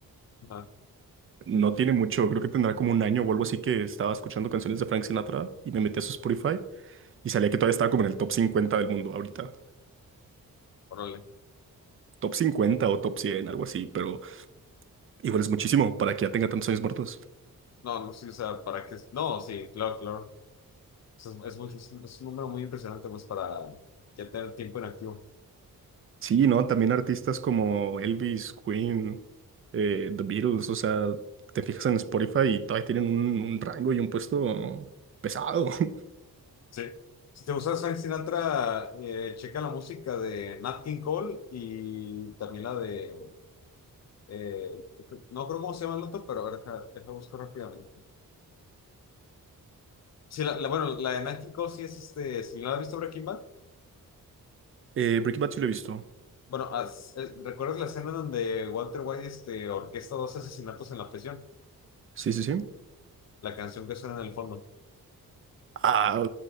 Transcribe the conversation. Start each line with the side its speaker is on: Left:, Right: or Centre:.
Left: Ajá,
Right: no tiene mucho, creo que tendrá como un año o algo así que estaba escuchando canciones de Frank Sinatra y me metí a su Spotify y salía que todavía estaba como en el top 50 del mundo ahorita.
Left: órale.
Right: Top 50 o top 100, algo así, pero igual es muchísimo para que ya tenga tantos años muertos.
Left: No, no, sí, o sea, ¿para qué? No, sí, claro, claro. Es, es, muy- es un número muy impresionante, pues, para ya tener tiempo inactivo.
Right: Sí, ¿no? También artistas como Elvis, Queen, eh, The Beatles, o sea, te fijas en Spotify y todavía tienen un, un rango y un puesto pesado. <laughs>
Left: Sí. Si te gusta Frank Sinatra, eh, checa la música de Nat King Cole y también la de, eh, no creo cómo se llama el otro, pero a ver, deja, deja buscar rápidamente. Sí, la, la- bueno, la de Nat King Cole sí es este, si no la has visto Breaking Bad,
Right: Eh, Breaking Bad sí lo he visto.
Left: bueno, as- eh, ¿recuerdas la escena donde Walter White este, orquesta dos asesinatos en la prisión?
Right: Sí, sí, sí.
Left: La canción que suena en el fondo.
Right: Ah,